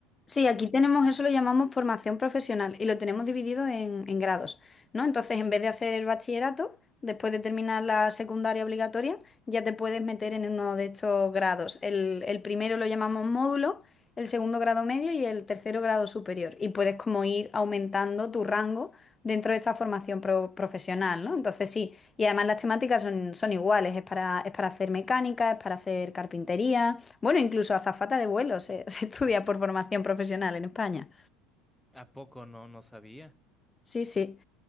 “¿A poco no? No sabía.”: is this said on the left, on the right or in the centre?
Centre